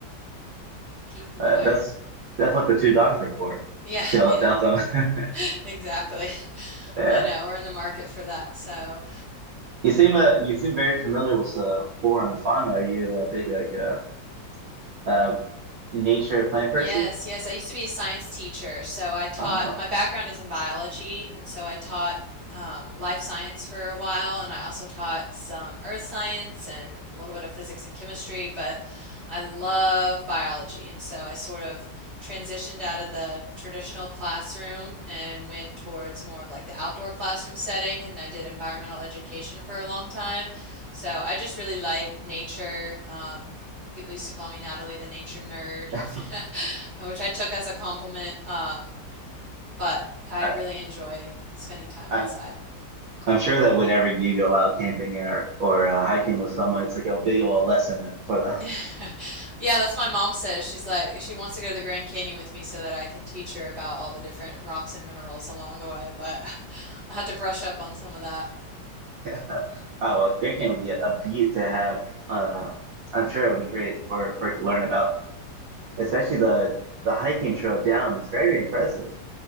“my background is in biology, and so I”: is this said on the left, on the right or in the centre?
Right